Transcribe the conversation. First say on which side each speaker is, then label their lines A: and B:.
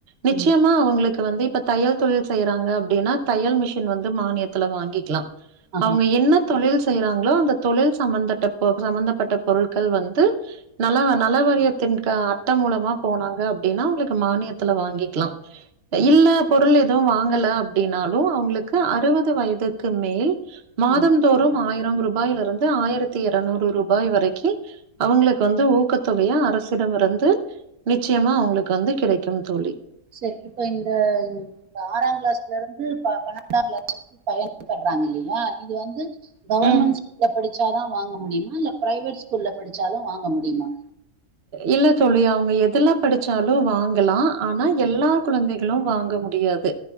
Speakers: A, on the right (about 50°); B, on the right (about 75°).
A: நிச்சயமா
B: ம்
A: அவங்களுக்கு வந்து இப்ப தையல் தொழில் செய்யிறாங்க அப்டினா தையல் மிஷின் வந்து மானியத்தில வாங்கிக்லா
B: ஆஹ
A: அவுங்க என்ன தொழில் செய்யிறாங்ளோ அந்த தொழில் சம்பந்தட்ட ப சம்பந்தப்பட்ட பொருட்கள் வந்து நல நல வாரியத்தின் க அட்ட மூலமா போனாங்க அப்டின்னா அவுங்களுக்கு மானியத்துல வாங்கிக்லா
B: சரி
A: இல்ல பொருள் எதுவு வாங்கல அப்டினாலு அவுங்களுக்கு அறுவது வயதுக்கு மேல் மாதம்தோறும்
B: ம்
A: ஆயிரம் ரூபாய்லருந்து ஆயிரத்தி எரநூறு ரூபாய் வரைக்கி அவங்களுக் வந்து ஊக்கத்தொகையா அரசிடமிருந்து நிச்சயமா அவுங்களுக் வந்து கிடைக்கும் தோழி
B: செரி இப்ப இந்த இந்த ஆறாங் கிளாஸ்ல இருந்து பன்னெண்டா கிளாஸ் வரைக்கு பயன்பர்றாங்க இல்லயா இது வந்து கவர்மண்ட்
A: ம்
B: ஸ்கூல்ல படிச்சாதா வாங்க முடியுமா இல்ல பிரைவேட் ஸ்கூல்ல படிச்சாலு வாங்க முடியுமா
A: இல்ல தோழி அவுங்க எதுல்ல படிச்சாலு வாங்கலா ஆனா எல்லா கொழந்தைகளு வாங்க முடியாது